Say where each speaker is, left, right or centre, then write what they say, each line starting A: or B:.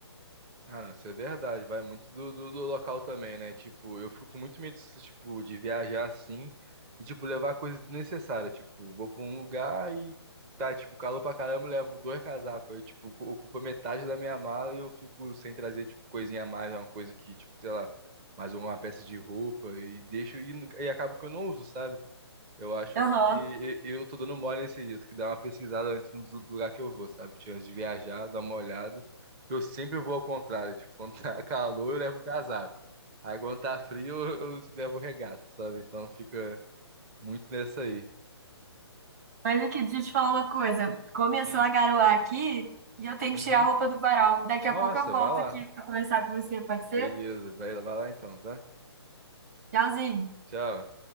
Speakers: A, on the right; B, on the right.
A: Ah, não, isso é verdade, vai muito do, do, do local também, né? Tipo, eu fico com muito medo, tipo, de viajar assim e, tipo, levar coisa desnecessária. Tipo, vou pra um lugar e tá, tipo, calor pra caramba, eu levo dois casacos. Aí, tipo, ocu- ocupa metade da minha mala e eu fico sem trazer, tipo, coisinha a mais, uma coisa que, tipo, sei lá, mais uma peça de roupa e deixo e, nu- e acabo que eu não uso, sabe? Eu acho
B: Aham.
A: que e- eu tô dando mole nesse dia. Eu tenho que dar uma pesquisada antes do lugar que eu vou, sabe? Tipo, Antes de viajar, dar uma olhada. Eu sempre vou ao contrário. Tipo, quando tá <laughs> calor, eu levo um casaco. Aí quando tá frio, eu, eu levo regata, sabe? Então fica muito nessa aí.
B: Mas aqui, deixa eu te falar uma coisa. Começou
A: Hum,
B: a garoar aqui e eu tenho
A: uhum.
B: que tirar a roupa do varal. Daqui
A: Nossa,
B: a pouco eu volto
A: vai lá.
B: aqui para conversar com você, pode ser?
A: Beleza, vai, vai lá então, tá?
B: Tchauzinho.
A: Tchau.